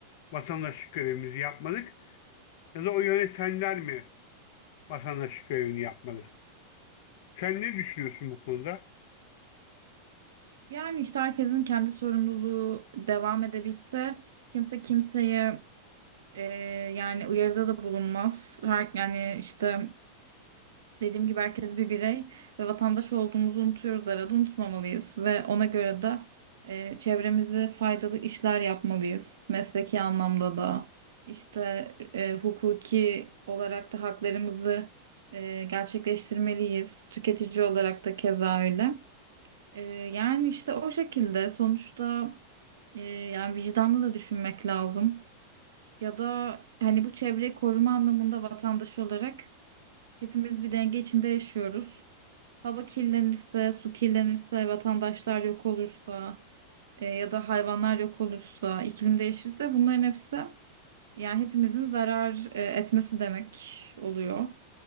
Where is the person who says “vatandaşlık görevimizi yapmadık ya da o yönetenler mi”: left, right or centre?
Left